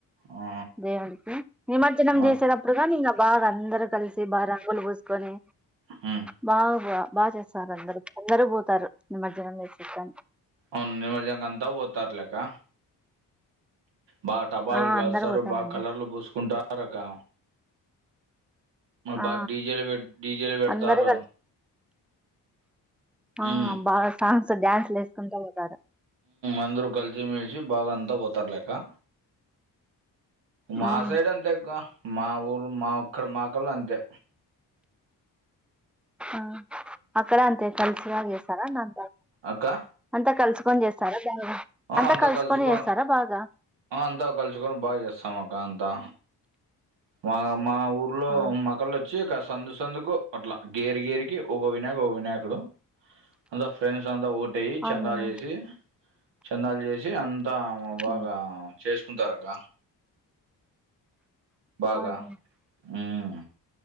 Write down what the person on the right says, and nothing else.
ఆ
ఆ
హ్మ్
అవును నిమజ్జనం అంతా పోతారులేక్కా బాగా టపాకులు
కలుస్తారు
బాగా కలర్లు పూసుకుంటారు అకా బా
డీజెలు పె డీజేలు పెడతారు
ఉమ్
అందరూ కలిసి మెలిసి బాగా అంతా పోతారు లేక్కా మా
సైడ్ అంతే అక్కా మా ఊరు మా ఒక్కరు మా కళ్ళ అంతే
అక్కా
ఆ
కలుసుకో
అంతా కలుసుకొని బాగా చేస్తాం అక్క అంతా మా మా ఊర్లో
మక్క వచ్చి ఒక సందు సందుకు అట్లా గేరి గేరికి ఒక వినాయక ఒక వినాయకుడు అంత ఫ్రెండ్స్ అంత టయి
చందాలు చేసి చందాలు చేసి అంతా బాగా
చేసుకుంటారక్క బాగా
ఉమ్